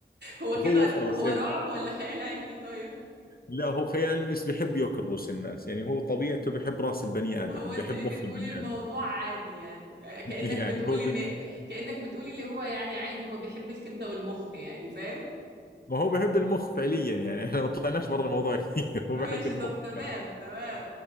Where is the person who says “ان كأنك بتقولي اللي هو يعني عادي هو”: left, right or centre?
Right